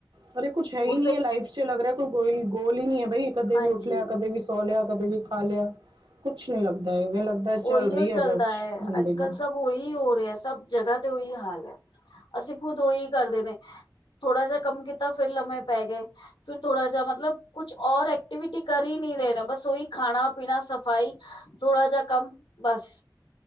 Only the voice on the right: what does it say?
ਪਰ ਕੁਛ ਹੈ ਹੀ
ਨੀ ਹੈ। ਲਾਈਫ 'ਚ ਲੱਗ ਰਿਹਾ ਕੋਈ ਗੋਲ ਹੀ ਨਹੀ ਹੈ। ਬਈ ਕਦੇ
ਵੀ ਉਠ ਲਿਆ ਕਦੇ ਵੀ ਸੋ ਲਿਆ, ਕਦੇ ਵੀ ਖਾ ਲਿਆ, ਕੁਛ ਨੀ ਲਗਦਾ ਇਵੇ ਲਗਦਾ
ਚਲ ਰਹੀ
ਹੈ। ਬਸ ਜ਼ਿਦਗੀ।